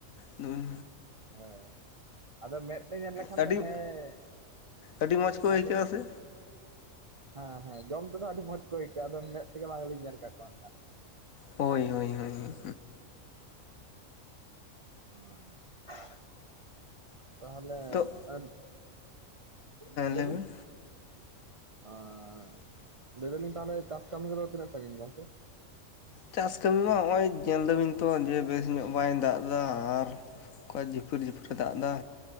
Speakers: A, on the left; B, on the right.
A: ᱟᱫᱚᱵᱤᱱ
B: ᱦᱮᱸ ᱟᱫᱚ ᱢᱮᱫ ᱛᱮ ᱧᱮᱞ ᱞᱮᱠᱷᱟᱱ
A: ᱟᱹᱰᱤ
B: ᱫᱚ ᱦᱮᱸ,
A: ᱟᱹᱰᱤ ᱢᱚᱡᱽ ᱠᱚ
B: ᱦᱮᱸ
A: ᱟᱹᱭᱠᱟᱹᱜᱼᱟ
B: ᱞᱟᱹᱭ ᱵᱤᱱ?
A: ᱥᱮ
B: ᱦᱮᱸ ᱦᱮᱸ ᱡᱚᱢ ᱛᱮᱫᱚ ᱟᱹᱰᱤ ᱢᱚᱡᱽ ᱠᱚ ᱟᱹᱭᱠᱟᱹᱜᱼᱟ ᱾ ᱟᱫᱚ ᱢᱮᱫ ᱛᱮᱜᱮ ᱵᱟᱝ ᱜᱮᱞᱤᱧ ᱧᱮᱞ ᱠᱟᱜ ᱠᱚᱣᱟ ᱦᱟᱸᱜ ᱠᱷᱟᱱ᱾
A: ᱦᱳᱭ ᱦᱳᱭ ᱦᱳᱭ᱾
B: ᱚᱻ ᱾ ᱛᱟᱦᱚᱞᱮ
A: ᱛᱚ
B: ᱟᱨ ᱦᱮᱸ ᱞᱟᱹᱭᱵᱤᱱ?
A: ᱞᱟᱹᱭ ᱵᱤᱱ
B: ᱟᱨ ᱞᱟᱹᱭ ᱫᱟᱞᱤᱧ ᱛᱟᱦᱚᱞᱮ ᱪᱟᱥ ᱠᱟᱹᱢᱤ ᱠᱚᱫᱚ ᱛᱤᱱᱟᱹᱜ ᱥᱟᱺᱜᱤᱱ ᱜᱚᱝᱠᱮ?
A: ᱪᱟᱥ ᱠᱟᱹᱢᱤ ᱢᱟ ᱱᱚᱜᱼᱚᱭ ᱧᱮᱞ ᱫᱟᱹᱵᱤᱱ ᱛᱚ ᱡᱮ ᱵᱮᱥ ᱧᱚᱜ ᱵᱟᱭ ᱫᱟᱜ ᱫᱟ ᱾ ᱟᱨ ᱚᱱᱠᱟ ᱡᱷᱤᱯᱤᱨ ᱡᱷᱤᱯᱤᱨ ᱮ ᱫᱟᱜ ᱮᱫᱟ